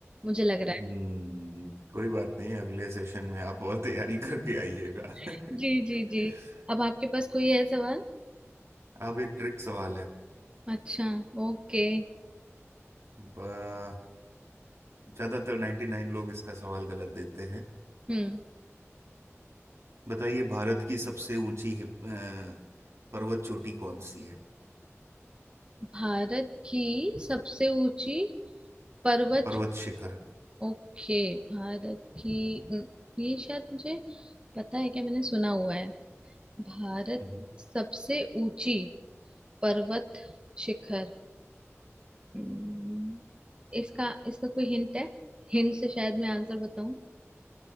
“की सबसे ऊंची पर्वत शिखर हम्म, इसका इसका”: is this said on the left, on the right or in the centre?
Right